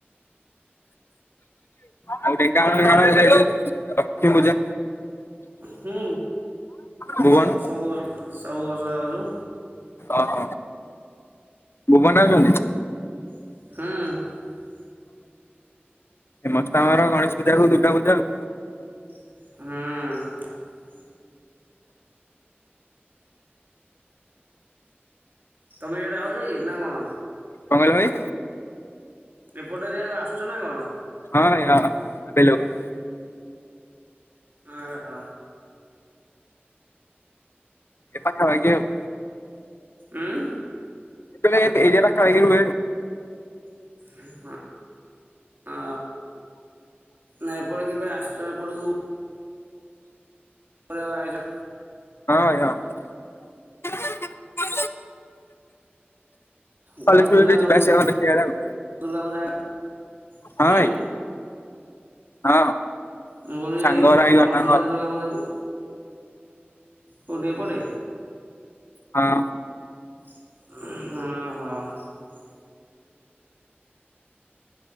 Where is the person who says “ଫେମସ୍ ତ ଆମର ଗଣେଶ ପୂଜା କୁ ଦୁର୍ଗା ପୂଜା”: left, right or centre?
Left